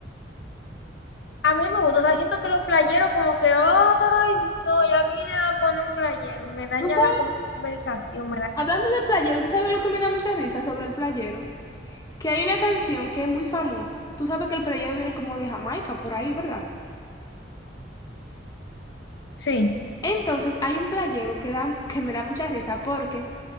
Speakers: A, on the left; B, on the left.
A: a mí no me gusta, o sea, siento que los playeros como que, ay, no, ya vienen a poner un playero, me daña
B: Tú sabes,
A: la conversación, me da,
B: hablando de playero, tú sabes lo que me da mucha risa sobre el playero, que hay una canción que es muy famosa. Tú sabes que el playero viene como de Jamaica, por ahí, ¿verdad?
A: sí.
B: Entonces hay un playero que da, que me da mucha risa porque